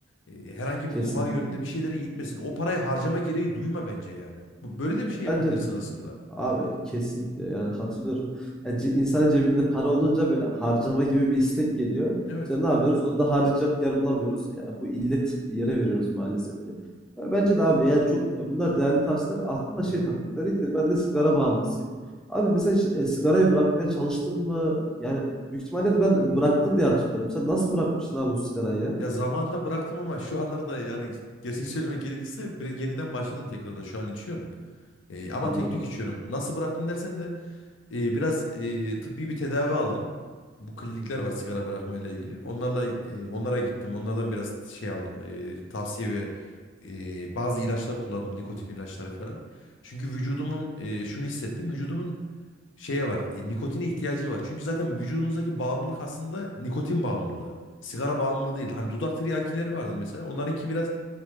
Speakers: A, on the left; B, in the centre.
A: E, herhangi
B: Kesinlikle.
A: bir kumar yönünde bir şeylere gitmesin. O parayı harcama gereği duyma bence yani. Bu- Böyle de bir şey yapabilirsin
B: Bence de.
A: aslında.
B: Abi kesinlikle yani katılıyorum. Yani ce- insan cebinde para olunca böyle harcama gibi bir istek geliyor.
A: Evet.
B: İşte ne yapıyoruz? Onu da harcayacak yer bulamıyoruz. Yani bu illet yere veriyoruz maalesef ki. Ya Bence de abi yani çok e, bunlar değerli tavsiyeler. Aklıma şey
A: Hı hı.
B: takıldı. Dedin ki ben de sigara bağımlısıyım. Abi mesela hiç, e, sigarayı bırakmaya çalıştın mı? Yani büyük ihtimalle de ben bıraktım diye hatırlıyorum. Sen nasıl bırakmıştın abi bu sigarayı ya?
A: Ya zamanında bıraktım ama şu anlarda yani gerçek <laughs> söylemek gerekirse bir- yeniden başladım tekrardan. Şu an içiyorum. E, ama
B: Anladım
A: tek tük içiyorum.
B: abi.
A: Nasıl bıraktın dersen de Ee, biraz e, tıbbi bir tedavi aldım. Bu klinikler
B: Çok iyi.
A: var sigara bırakmayla ilgili. Onlarla e, onlara gittim. Onlardan biraz şey aldım. e, tavsiye ve e, bazı ilaçlar kullandım. Nikotin ilaçları falan. Çünkü vücudumun e, şunu hissettim. Vücudumun şeye var. e, nikotine ihtiyacı var. Çünkü zaten vücudumuzdaki bağımlılık aslında nikotin bağımlılığı. Sigara bağımlılığı değil. Hani dudak tiryakileri vardır mesela. Onlarınki biraz